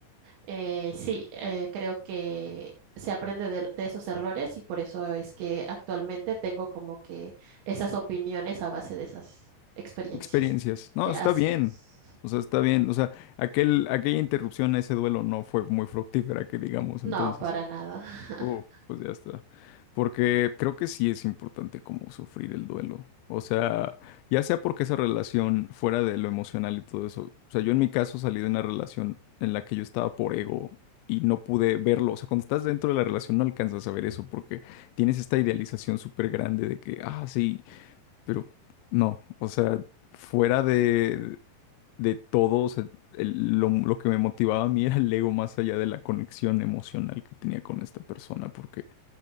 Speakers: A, on the right; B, on the left.
A: Eh, sí, eh, creo que se aprende de, de esos errores y por eso es que actualmente tengo como que esas opiniones a base de esas experiencias.
B: Experiencias. No,
A: Eh, Así
B: está bien.
A: es.
B: O sea, está bien. O sea, aquel, aquella interrupción a ese duelo no fue muy fructífera, que digamos,
A: No,
B: entonces.
A: para nada. <laughs>
B: Oh, pues ya está. Porque creo que sí es importante como sufrir el duelo. O sea, ya sea porque esa relación fuera de lo emocional y todo eso. O sea, yo en mi caso salí de una relación en la que yo estaba por ego y no pude verlo. O sea, cuando estás dentro de la relación no alcanzas a ver eso porque tienes esta idealización súper grande de que, ah, sí. Pero no, o sea, fuera de, de todo, o sea, el- lo, lo que me motivaba a mí era el ego más allá de la conexión emocional que tenía con esta persona, porque